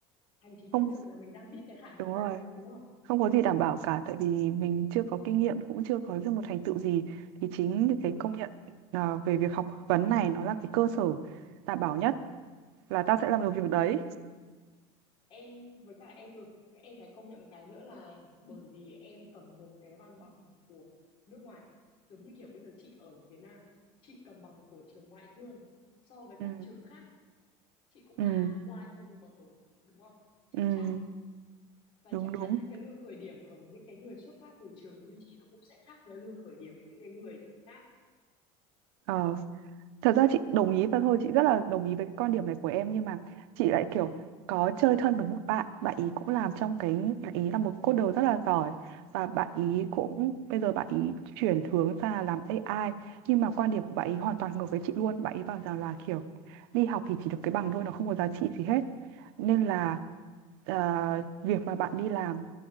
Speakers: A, on the left (about 45°); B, on the right (about 75°).
A: hành chính nhân
B: Không,
A: sự là mình đang biết cái khả năng
B: đúng
A: đấy
B: rồi.
A: đúng không
B: không có gì đảm bảo cả tại vì mình chưa có kinh nghiệm cũng chưa có được một thành tựu gì thì chính những
A: đúng
B: cái công nhận à, về việc học vấn này nó là cái cơ sở đảm bảo nhất là tao sẽ làm
A: đúng
B: được việc đấy
A: thì em với cả em được em phải công nhận một cái nữa là bởi vì em cầm một cái văn bằng của nước ngoài giống như kiểu bây giờ chị ở Việt Nam chị cầm bằng của trường ngoại thương so với
B: ừ
A: các trường khác chị cũng
B: ừ
A: đã oai hơn một bậc rồi đúng không chắc
B: ừ
A: chắn và
B: đúng
A: chắc
B: đúng
A: chắn những cái lương khởi điểm ở những cái người xuất phát từ trường như chị nó cũng sẽ khác với lương khởi điểm ở những cái người khác
B: Ờ, thật ra chị đồng ý và thôi chị rất là đồng ý với cái quan điểm này của em nhưng mà chị lại kiểu có chơi thân với một bạn bạn ý cũng làm trong cái bạn ý là một coder rất là giỏi và bạn ý
A: Dạ.
B: cũng bây giờ bạn ý chuyển hướng ra làm AI nhưng mà quan điểm của bạn ý hoàn toàn ngược với chị luôn bạn ý bảo rằng là kiểu đi học thì chỉ được cái bằng thôi nó không có giá trị gì hết nên là ờ, việc mà bạn đi làm